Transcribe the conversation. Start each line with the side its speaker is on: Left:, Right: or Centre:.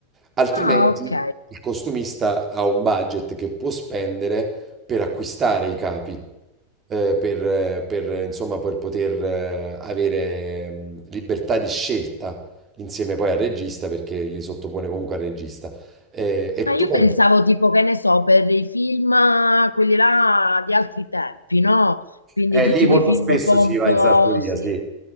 Right: altrimenti
Left: Ah, ok.
Right: il costumista ha un budget che può spendere per acquistare i capi, eh, per, eh, per, eh, insomma, per poter eh, avere mm, libertà di scelta insieme poi al regista, perché li sottopone comunque al regista. Eh, e
Left: Ma
Right: tu
Left: io
Right: pensi?
Left: pensavo tipo, che ne so, per i film, eh, quelli là di altri tempi, no? Quindi
Right: Eh,
Left: tutti
Right: lì molto
Left: quei film
Right: spesso
Left: pomposi.
Right: si va in sartoria, sì.